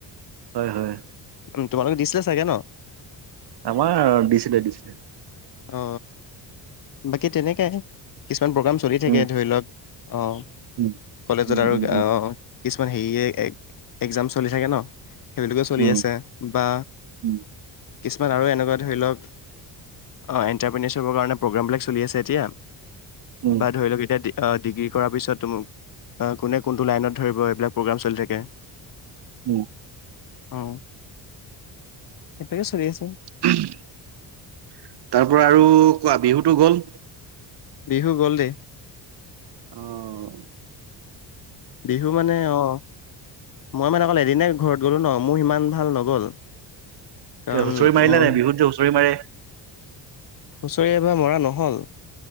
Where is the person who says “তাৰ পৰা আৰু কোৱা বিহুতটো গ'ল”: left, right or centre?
Right